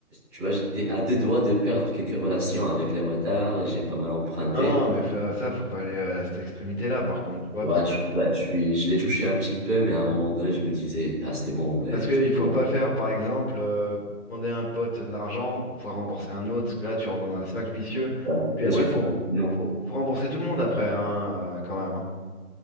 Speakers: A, in the centre; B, on the left (about 45°).
A: tu vois, j'étais à deux doigts de perdre quelques relations avec les retards et j'ai pas mal emprunté.
B: Non, non, mais fa- ça, faut pas aller euh, à cette extrémité-là, par contre, tu vois.
A: Ouais,
B: Parce que,
A: je suis, pas- je suis, je l'ai touché un petit peu, mais à un moment donné, je me disais, ah, c'est bon, ouais,
B: parce que
A: il
B: il faut
A: faut,
B: pas faire, par exemple, euh, demander à un pote de l'argent pour pouvoir rembourser un autre. Parce que là, tu rentres dans un cercle vicieux.
A: Bon, c'est
B: Et
A: ce
B: puis
A: que
B: après,
A: j'ai
B: faut,
A: fait. Non,
B: faut, faut rembourser tout le monde après, hein, euh, quand même. hein.